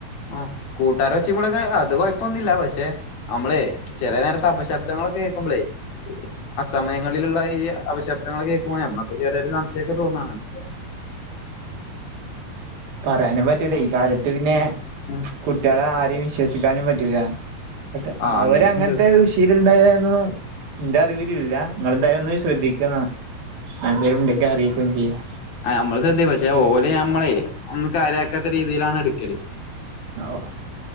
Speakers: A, on the left; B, on the right.
A: ആഹ് കൂട്ടാരും ഒച്ചേം ബഹളോക്കെ അത് കൊഴപ്പൊന്നുമില്ല, പക്ഷെ നമ്മളെ ചെലനേരത്തെ അപശബ്ദങ്ങളൊക്കെ കേൾക്കുമ്പളേ അസമയങ്ങളിലുള്ള ഈ അപശബ്ദങ്ങള് കേൾക്കുമ്പോേ നമ്മക്ക് ചെറിയൊരു സംശയൊക്കെ തോന്നാണ്.
B: പറയാനും പറ്റൂല ഈ കാലത്ത് പിന്നെ
A: ഉം ഉം
B: കുട്ടികളെ ആരെയും വിശ്വസിക്കാനും പറ്റൂല ട്ട്
A: ആ
B: അവര്
A: അങ്ങനെണ്ട്
B: അങ്ങനത്തെ വിഷ ണ്ടായതായൊന്നും എന്റെ അറിവിലില്ല. നിങ്ങളെന്തായാലും ഒന്ന് ശ്രദ്ധിക്കുക എന്നാൽ ആഹ് എന്തേലും ഉണ്ടെങ്കില് അറിയിക്കുകയും ചെയ്യാം
A: ആഹ് നമ്മള് ശ്രദ്ധ പക്ഷെ ഓലെ നമ്മളെ ഒന്നും കാര്യാക്കാത്ത രീതിയിലാണ് എടുക്കല്
B: ഓഹ്